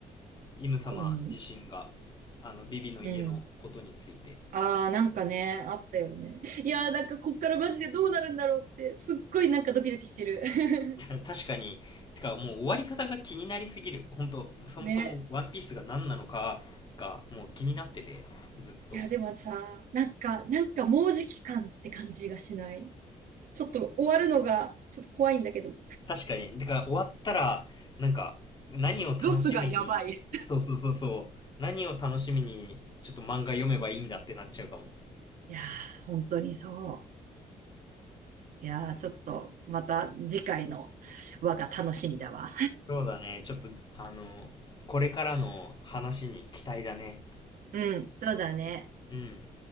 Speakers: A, on the left; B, on the right.
A: イム様自身が、
B: 本人。
A: あの、ビビの家のことについて。
B: うん。ああ、なんかね、あったよね。いやー、なんかこっからマジでどうなるんだろうって、すっごいなんかドキドキしてる。<laughs>
A: た確かに、てかもう終わり方が気になりすぎる。本当そもそもワンピースが何なのかがもう気になってて、
B: ね。
A: ずっと。
B: いや、でもさ、なんか、なんかもうじき感って感じがしないちょっと終わるのが、ちょっと怖いんだけど。
A: 確かに。だから終わったら、なんか、何を楽しみに、
B: ロスがやばい。
A: そうそうそうそう、何を楽しみに、ちょっと漫画読めばいいんだってなっちゃうかも。
B: いやー、本当にそう。いやー、ちょっと、また次回の輪が楽しみだわ。
A: そうだね。ちょっと、あの、これからの話に期待だね。
B: うん、そうだね。
A: うん。